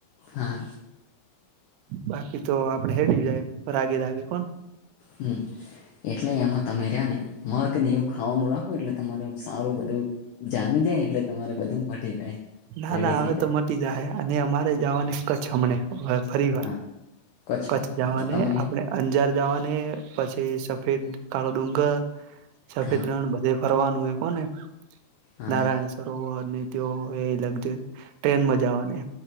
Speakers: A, on the left; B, on the right.
A: હા
B: બાકી તો આપડે હેરી જાય રાગે દાગે કોણ
A: હમ <unintelligible> એટલે એમાં તમે રહ્યા ને મગ ને એવું ખાવાનું રાખો એટલે તમાર સારું બધું જામી જાય એટલે તમારે બધું મટી જાય
B: ના
A: રેડી
B: ના
A: થઈ
B: હવે
A: જાય
B: તો મટી જ હ અને અમારે જવાને ક હમણે હ ફરી વાર
A: હા
B: કચ્છ
A: બાજુ
B: જવાને
A: હા તો તમે
B: આપણે અંજાર જવાને પછી સફેદ કાળો ડુંગર સફેદ
A: હા
B: રણ બધે ફરવાનું એ કોને
A: હા
B: નારાયણ સરોવર ને તે એ લગરી ટ્રેનમાં જવાની